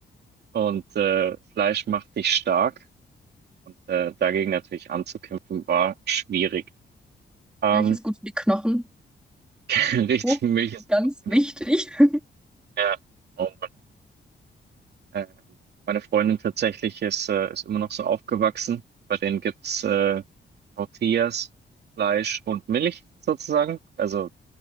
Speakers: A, on the right (about 60°); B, in the centre.
A: und äh, Fleisch macht dich stark. Und äh, dagegen natürlich anzukämpfen, war schwierig. Ähm,
B: Milch ist gut für die Knochen.
A: <laughs> richtig
B: Oh,
A: Milch ist
B: Ganz
A: nicht
B: wichtig. <laughs>
A: mehr. Oh Mann. Ähm, meine Freundin tatsächlich ist, äh, ist immer noch so aufgewachsen. Bei denen gibt's äh, Tortillas, Fleisch und Milch sozusagen. Also